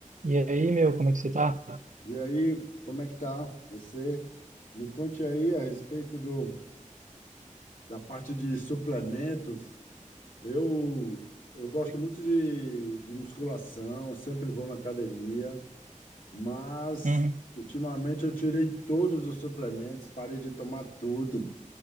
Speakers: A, on the right; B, on the left.
A: E aí, meu, como é que você tá?
B: E aí, como é que tá você? Me conte aí a respeito do, da parte de suplementos. Eu, eu gosto
A: Oi.
B: muito de, de musculação, sempre vou na academia, mas
A: Uhum,
B: ultimamente eu tirei todos os suplementos, parei de tomar tudo.